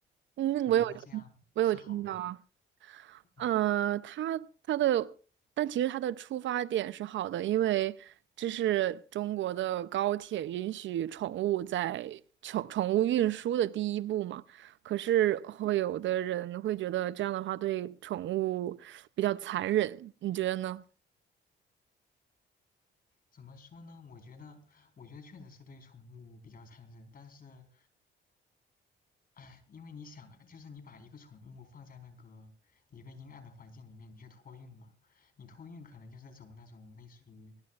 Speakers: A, on the right (about 70°); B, on the left (about 45°).
A: 嗯，
B: 你觉得这样是好的吗？
A: 我有我有听到啊，
B: 嗯。
A: 呃，他他的，但其实他的出发点是好的，因为这是中国的高铁允许宠物在宠宠物运输的第一步嘛。可是会有的人会觉得这样的话对宠物比较残忍，你觉得呢？
B: 怎么说呢？我觉得，我觉得确实是对宠物比较残忍，但是，哎，因为你想啊，就是你把一个宠物放在那个一个阴暗的环境里面，你去托运嘛，你托运可能就是走那种类似于，